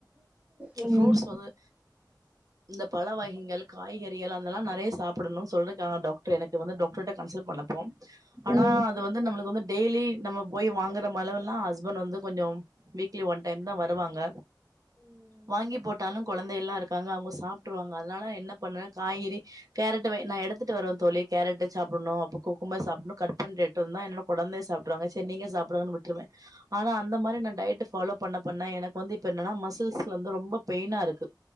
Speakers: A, on the right (about 20°); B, on the right (about 50°).
A: ம் ம் ம்
B: ஃப்ரூட்ஸ் வந்து இந்த பழ வகைங்கள் காய்கறிகள் அதெல்லா நெறைய சாப்புடணும் சொல்லிருக்காங்க டாக்டரே எனக்கு வந்து டாக்டர்ட்ட கன்சல்ட் பண்ண ப்போம் ஆனா
A: ம் ம்
B: அது வந்து நம்ளுக்கு வந்து டெய்லி நம்ம போய் வாங்கற மளவெல்லா ஹஸ்பண்ட் வந்து கொஞ்சோ வீக்லி ஒன் டைம் தா வருவாங்க வாங்கி போட்டாலு கொழந்தை எல்லா இருக்காங்க அவுங்க சாப்ட்ருவாங்க அதனால என்ன பண்ணே காய்கறி கேரட் நா எடுத்துட்டு வருவே தோழி கேரட் சாப்படணு அப்பு க்கு கும்ப சாப்புனு கட் பண்ட்ரேட்ருந்தே என்னுட கொழந்த சாப்ட்ருவாங்க செரி நீங்ளே சாப்டு விட்டுருவே ஆனா அந்த மாரி நா டயட்டு ஃபாலோ பண்ண பண்ண எனக் வந்து இப்ப என்ன்ன மசில்ஸ் வந்து ரொம்ப பெயினாருக்கு